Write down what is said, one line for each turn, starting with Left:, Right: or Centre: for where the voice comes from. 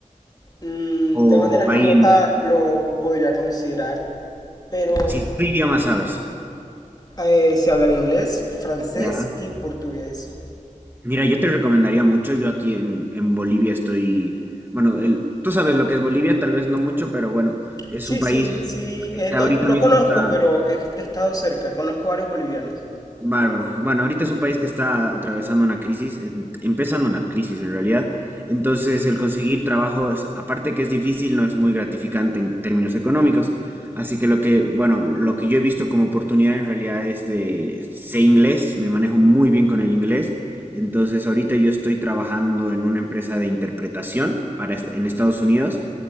Left: Mm,
Right: o
Left: de manera remota
Right: ahí en,
Left: lo podría considerar, pero
Right: si tu idioma sabes,
Left: eh, sé hablar inglés, francés
Right: ya.
Left: y portugués.
Right: Mira, yo te recomendaría mucho, yo aquí en, en Bolivia estoy, bueno, el, tú sabes lo que es Bolivia, tal vez no mucho, pero bueno, es
Left: Sí,
Right: un país
Left: sí, sí,
Right: que
Left: eh, no,
Right: ahorita
Left: no
Right: mismo
Left: conozco,
Right: está
Left: pero he, he estado cerca, conozco varios bolivianos.
Right: Bárbaro. Bueno, ahorita es un país que está atravesando una crisis, en- empezando una crisis en realidad. Entonces, el conseguir trabajo, es- aparte que es difícil, no es muy gratificante en términos económicos. Así que lo que, bueno, lo que yo he visto como oportunidad en realidad es de, sé inglés, me manejo muy bien con el inglés. Entonces, ahorita yo estoy trabajando en una empresa de interpretación para, es- en Estados Unidos